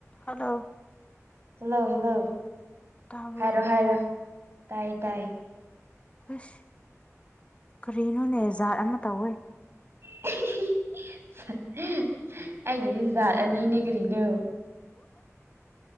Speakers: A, on the left (about 25°); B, on the right (about 50°).
A: hello
B: hello hello
A: ꯇꯥꯕ꯭ꯔꯣ
B: ꯍꯥꯏꯔꯣ ꯍꯥꯏꯔꯣ ꯇꯥꯏꯌꯦ ꯇꯥꯏꯌꯦ
A: ꯑꯁ ꯀꯔꯤꯅꯣꯅꯦ ꯖꯥꯠ ꯑꯃ ꯇꯧꯋꯦ
B: <unintelligible> ꯑꯩꯒꯤꯗꯤ ꯖꯥꯠ ꯑꯅꯤꯅꯦ ꯀꯔꯤꯅꯣ